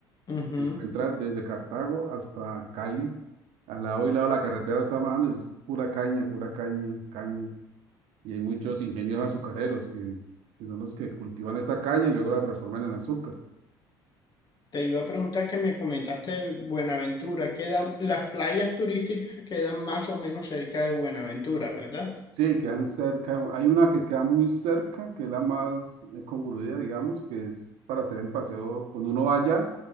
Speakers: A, on the left (about 40°); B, on the right (about 65°).
A: ujú.
B: Se encuentra desde Cartago hasta Cali, al lado y lado de la carretera, estaba hablando, es pura caña, pura caña, caña. Y hay muchos ingenios azucareros que, que son los que cultivan esa caña y luego la transforman en azúcar.
A: Te iba a preguntar que me comentaste de Buenaventura, quedan, las playas turísticas quedan más o menos cerca de Buenaventura, ¿verdad?
B: Sí, quedan cerca, hay una que queda muy cerca, que es la más eh, congruida, digamos, que es para hacer el paseo. Cuando uno vaya